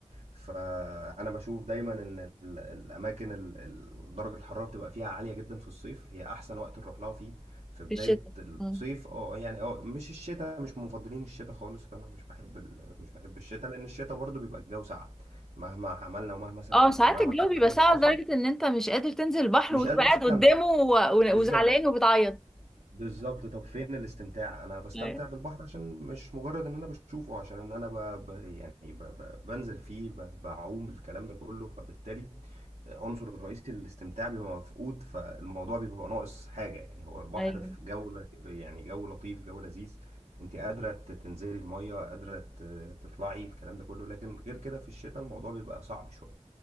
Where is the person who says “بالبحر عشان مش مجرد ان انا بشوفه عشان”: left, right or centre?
Right